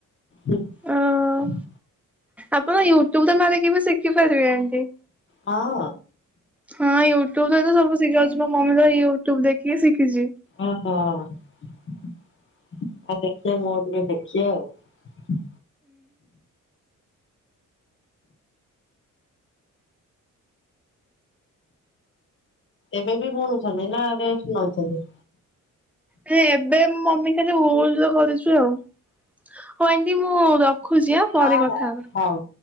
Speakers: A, on the left; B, in the centre.
A: ହୁଁ।
B: ଅ ଆପଣ ୟୁଟ୍ୟୁବରେ ମାରିକି ବି ଶିଖିପାରିବେ ଏମିତି।
A: ହଁ।
B: ହଁ ୟୁଟ୍ୟୁବରେ ତ ସବୁ ଶିଖା ଯାଉଚି। ମୋ ମମି ତାର ୟୁଟ୍ୟୁବ ଦେଖି ଶିଖିଚି।
A: ଓଃହୋ। ଆଉ ଦେଖିବା ମୁଁ ଟିକେ ଦେଖିବି ଆଉ। ଏବେ ବି ବୁଣୁଛନ୍ତି ନା ରେଷ୍ଟ୍ ନଉଚନ୍ତି।
B: ନାଇଁ ଏବେ ମମି ଖାଲି ଉଲ୍ ର କରିଚୁ ଆଉ। ହଉ ଆଣ୍ଟି ମୁଁ ରଖୁଚି ଆଁ ପରେ
A: ହଁ
B: କଥା
A: ହଁ
B: ହେବା।
A: ହଉ।